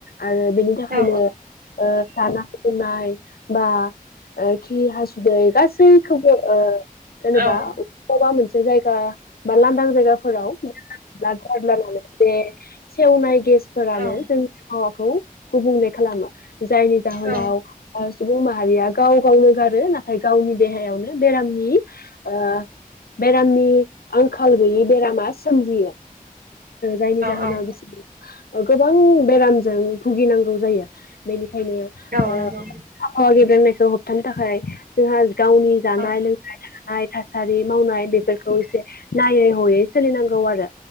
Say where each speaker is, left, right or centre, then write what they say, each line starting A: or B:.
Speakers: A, on the left (about 85°); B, on the right (about 75°).
A: आरो बेनि थाखायनो
B: औ
A: जानाय-लोंनाय बा ऐ खि हासु दै गासैखौबो ओ जेनेबा
B: औ औ
A: बबा मोनसे जायगा बा लांदां जायगाफोराव मोनसे सेवनाय गेस फोरानो
B: औ
A: जोंनि आबहावाखौ गुबुंले खालामो जायनि जाहोनाव
B: औ
A: सुबुं मा हारिया गाव गावनो गारो नाथाय गावनि देहायावनो बेरामनि ओ बेरामनि आंखाल गैयि बेरामा सोमजियो। जायनि जाहोना
B: औ
A: बेसे गोबां बेरामजों भुगिनांगौ जायो बेनिखा यनो
B: औ
A: ओ
B: नंगौ
A: आबहावा गेब्रेंनायखौ होबथानो थाखाय जोङो गावनि जानाय
B: औ
A: लोंनाय थानाय थासारि मावनाय बेफोरखौ एसे नायै हयै सोलिनांगौ आरो